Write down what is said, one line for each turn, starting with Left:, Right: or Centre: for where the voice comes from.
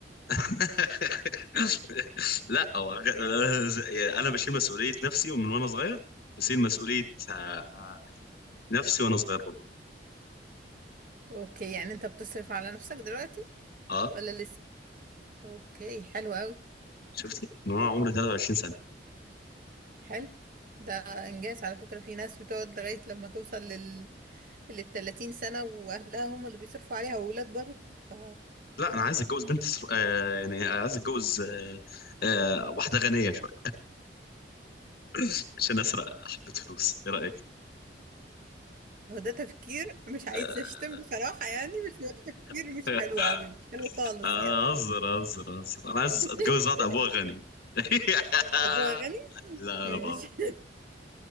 Left: <laughs> لا هو غ- ز- يعني انا بشيل مسؤوليه نفسي ومن وانا صغير بشيل مسؤوليه آه، نفسي وانا صغير برضه
Right: اوكي يعني انت بتصرف على نفسك دلوقتي
Left: اه
Right: ولا لسه اوكي حلو قوي
Left: شفتي من وانا عمري 23
Right: حلو ده انجاز على فكرة في ناس بتقعد لغاية لما توصل لل لل 30 سنة واهلها هم اللي بيصرفوا عليها واولاد برضه ف
Left: لا انا عايز اتجوز بنت سر... آه يعني عايز اتجوز آه آه واحده غنيه شويه <laughs> عشان اسرق حبه فلوس ايه رايك
Right: هو ده تفكير مش عايزة
Left: آه...
Right: اشتم بصراحة يعني بس هو تفكير
Left: <laughs>
Right: مش حلو قوي مش حلو خالص
Left: انا
Right: يعني
Left: اهزر اهزر اهزر انا عايز
Right: <laughs>
Left: اتجوز واحده ابوها غني <laughs>
Right: ابوها غني
Left: لا
Right: ماشي
Left: انا بقى